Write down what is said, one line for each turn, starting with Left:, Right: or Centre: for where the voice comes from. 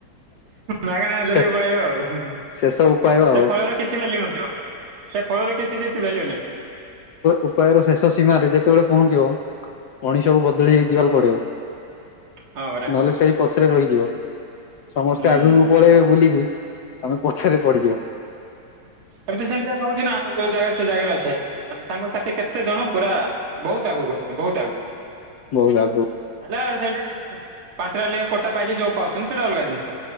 Right: ମାଗଣା ଧରିକି
Left: ସେ
Right: ପଳେଇବା ଆଉ।
Left: ଶେଷ ଉପାୟ ଆଉ
Right: ସେ ଫଳରେ କିଛି ଭ୍ୟାଲ୍ୟୁ ନଥିବ ସେ ଫଳର କିଛି କିଛି ଭ୍ୟାଲ୍ୟୁ ନାହିଁ।
Left: ଉପାୟ ରୁ ଶେଷ ସୀମାରେ ଯେତେବେଳେ ପହଞ୍ଚିବ ମଣିଷକୁ ବଦଳି ଯିବାକୁ ପଡିବ
Right: ହଁ ପରା
Left: ନହେଲେ ସେଇ ପଛରେ ରହିଯିବ। ସମସ୍ତେ
Right: ହୁଁ
Left: ଆଗକୁ ପଳେଇବେ ବୁଲିକି ତମେ ପଛରେ ପଡିିଯିବ।
Right: ଏ ତ ସେମତି ଆକା ହେଉଛି ନା ଆମେ ଯୋଉ ଜାଗା ସେ ଜାଗାରେ ଅଛେ ସାଙ୍ଗ ସାଥୀ କେ ତେ ଜଣ ପୁରା ବୋହୁତ୍ ଆଗକୁ ଗଲେଣି ବୋହୁତ୍ ଆଗକୁ।
Left: ବହୁତ ଆଗକୁ
Right: ହେଲୋ ସେଇଠି ପାଞ୍ଚଟା ଲେ କୋଟା ପାଇକି ଯୋଉ ପାଉଛନ୍ତି ସେଇଟା ଅଲଗା ଜିନିଷ।